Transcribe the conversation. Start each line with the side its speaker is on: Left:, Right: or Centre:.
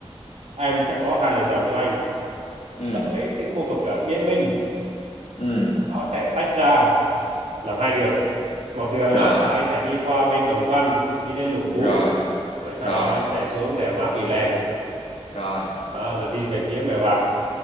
Right: em sẽ có hai lựa chọn cho anh
Left: ừ
Right: tới cái khu vực à, Yên Minh
Left: ừ
Right: nó sẽ tách ra làm hai đường một đường
Left: rồi
Right: á, là anh sẽ đi qua bên Đồng Văn đi lên Lũng Cú
Left: rồi
Right: rồi sau
Left: rồi
Right: đó anh sẽ xuống đèo Mã Pì Lèng
Left: rồi
Right: đó, rồi đi về phía Mèo Vạc